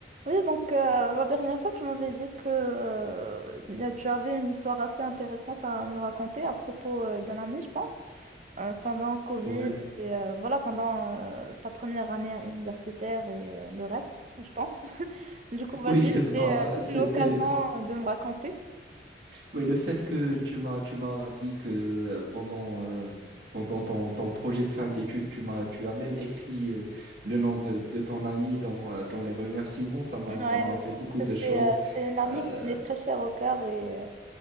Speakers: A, on the right; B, on the right.
A: Oui, donc euh, la dernière fois, tu m'avais dit que euh, y a- tu avais une histoire assez intéressante à me raconter à propos euh, d'un ami, je pense, euh, pendant Covid
B: Ouais.
A: et euh, voilà, pendant euh, ta première année universitaire et euh, le reste, je pense. <laughs> Du coup, vas-y,
B: Oui, <laughs> bah
A: c'est euh,
B: c'était
A: c'est l'occasion de me raconter.
B: ouais, le fait que tu m'as tu m'as dit que pendant euh, pendant ton, ton projet de fin d'études, tu m'as tu as même écrit euh, le nom de, de ton ami dans, euh, dans les remerciements, ça m'a
A: Ouais, ouais.
B: ça m'a rappelé beaucoup de choses.
A: c'est euh, c'est une amie
B: Euh,
A: qui m'est très chère au cœur et euh,